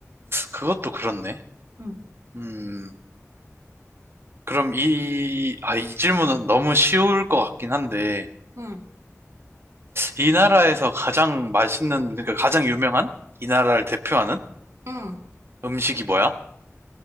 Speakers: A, on the right; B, on the right.
A: 그것도 그렇네.
B: 응.
A: 음, 그럼 이, 아, 이 질문은 너무 쉬울 것 같긴 한데,
B: 응,
A: 이 나라에서 가장 맛있는, 그러니까 가장 유명한? 이 나라를 대표하는
B: 응.
A: 음식이 뭐야?